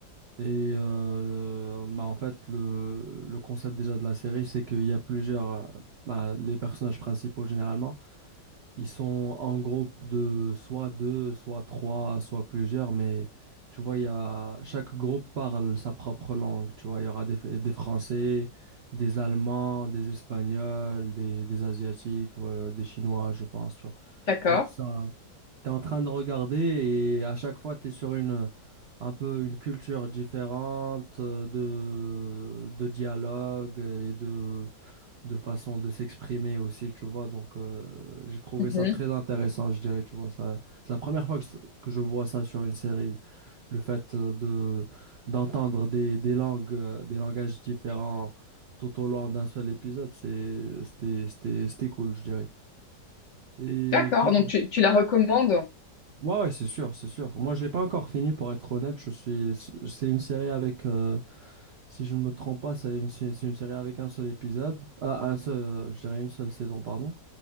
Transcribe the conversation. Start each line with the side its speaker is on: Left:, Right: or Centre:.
Right: Et euh, bah, en fait, le, le concept déjà de la série, c'est qu'il y a plusieurs, euh, bah, les personnages principaux généralement. Ils sont en groupe de soit deux, soit trois, soit plusieurs, mais tu vois, il y a, chaque groupe parle sa propre langue. Tu vois, il y aura des, F- des Français, des Allemands, des Espagnols, des, des Asiatiques, euh, des Chinois, je pense, tu vois.
Left: D'accord.
Right: Donc ça, tu es en train de regarder et à chaque fois, tu es sur une, un peu une culture différente euh, de, de dialogue et de de façon de s'exprimer aussi, tu vois. Donc, euh, j'ai trouvé
Left: Mhm.
Right: ça très intéressant, je dirais, tu vois. Ça, c'est la première fois que, s- que je vois ça sur une série, le fait euh, de d'entendre des, des langues, euh, des langages différents tout au long d'un seul épisode, c'est, c'était, c'était, c'était cool, je dirais. Et
Left: D'accord.
Right: puis,
Left: Donc tu, tu la recommandes?
Right: Ouais, ouais, c'est sûr, c'est sûr. Moi, je l'ai pas encore fini, pour être honnête. Je suis, c'est une série avec, euh, si je ne me trompe pas, c'est une, c'est une série avec un seul épisode, Ah, un seul, euh, je dirais une seule saison, pardon.